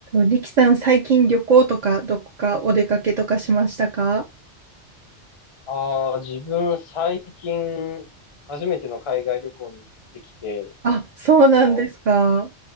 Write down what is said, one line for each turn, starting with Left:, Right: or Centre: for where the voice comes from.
Right: リキさん、最近旅行とか、どこかお出かけとかしましたか
Left: ああ、自分最近、初めての海外旅行に行ってきて、
Right: あ、そうなんですか。
Left: あの、